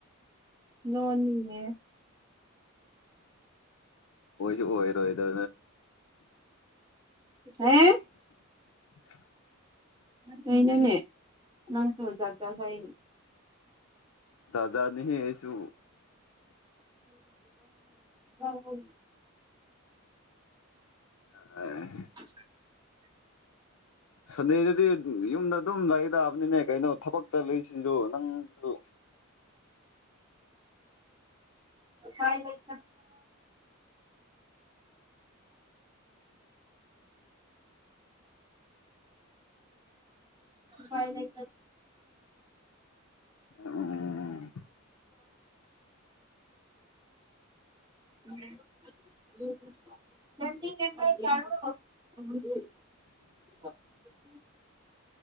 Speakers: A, on the right (about 20°); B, on the left (about 80°).
A: ꯂꯣꯟꯅꯤꯅꯦ
B: ꯑꯣꯏꯣꯏꯁꯨ ꯑꯣꯏꯣꯏꯔꯣ ꯑꯗꯨ
A: ꯍꯥꯝ
B: <unintelligible>
A: ꯀꯩꯅꯣꯅꯦꯍꯦ ꯅꯪꯈ ꯥꯛꯖ ꯍꯥꯏ
B: ꯌꯥꯥꯖꯥꯅꯤ ꯑꯩꯁꯨ
A: ꯑꯣ
B: <unintelligible>
A: <unintelligible>
B: ꯁꯟꯗꯦꯗꯨꯗꯤ ꯌꯨꯝꯗ ꯑꯗꯨꯝ ꯂꯩꯗ ꯕꯅꯤꯅꯦ ꯀꯩꯅꯣ ꯊꯕꯛ ꯆꯠꯂꯤꯏꯁꯤꯁꯨ ꯅꯪꯁꯨ
A: ꯀꯥꯏ ꯂꯩ ꯀꯩ ꯂꯩ
B: ꯑꯝ <unintelligible>
A: <unintelligible> ꯎꯝ